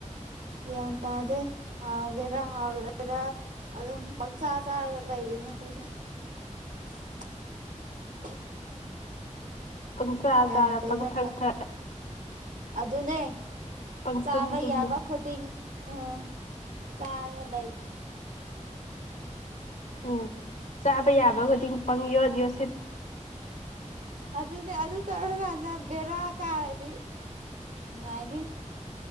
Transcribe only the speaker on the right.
ꯒ꯭ꯌꯥꯟ ꯇꯥꯗꯦ ꯍꯥꯎꯒꯦꯔꯥ ꯍꯥꯎꯔꯣꯏꯔꯥ ꯑꯗꯨꯝ ꯄꯪꯆꯥ ꯆꯥꯔꯒ ꯂꯩꯔꯤꯅꯦ ꯈꯣꯏꯁꯦ <unintelligible>
ꯌꯥꯝ
ꯀꯩꯅꯣ
ꯇꯧ
ꯑꯗꯨꯅꯦ
ꯆꯥꯕ
ꯌꯥꯕ ꯈꯨꯗꯤꯡ ꯑ ꯆꯥꯔꯒ ꯂꯩ
ꯑꯗꯨꯅꯦ ꯑꯗꯨ ꯇꯧꯔꯀꯥꯟꯗ ꯚꯦꯔꯥꯛ ꯀꯥꯔꯗꯤ ꯅꯨꯡꯉꯥꯏꯅꯤ